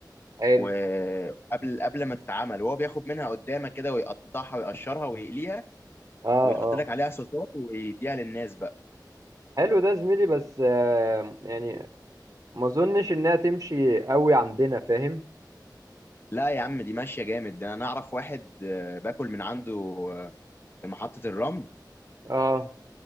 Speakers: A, on the right (about 45°); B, on the left (about 30°).
A: حلو
B: وقبل قبل ما تتعمل وهو بياخد منها قدامك كده ويقطعها ويقشرها ويقليها
A: اه
B: ويحط
A: اه
B: لك عليها صوصات ويديها للناس بقى
A: حلو ده زميلي بس آه يعني ما اظنش انها تمشي قوي عندنا فاهم
B: لا يا عم دي ماشيه جامد ده انا اعرف واحد آه، باكل من عنده آه، في محطه الرمل
A: اه